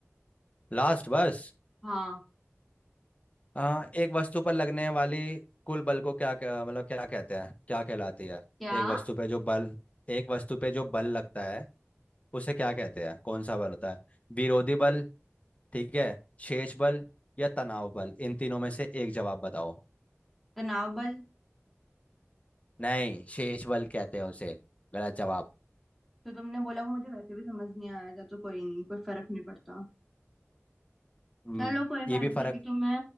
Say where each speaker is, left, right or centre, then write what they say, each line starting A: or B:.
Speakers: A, on the left; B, in the centre.
A: लास्ट बस
B: हाँ
A: आ, एक वस्तु पर लगने वाली कुल बल को क्या क्या- मतलब क्या कहते हैं क्या कहलाती है
B: क्या
A: एक वस्तु पे जो बल एक वस्तु पे जो बल लगता है उसे क्या कहते हैं कौन सा बल होता है विरोधी बल ठीक है शेष बल या तनाव बल इन तीनों में से एक जवाब बताओ
B: तनाव बल
A: नहीं शेष बल कहते हैं उसे गलत जवाब
B: जो तुमने बोला वो मुझे वैसे भी समझ नहीं आया था तो कोई नहीं कोई फर्क नहीं पड़ता
A: हम्म
B: चलो कोई बात
A: ये भी
B: नहीं
A: फर्क
B: अभी तो मैं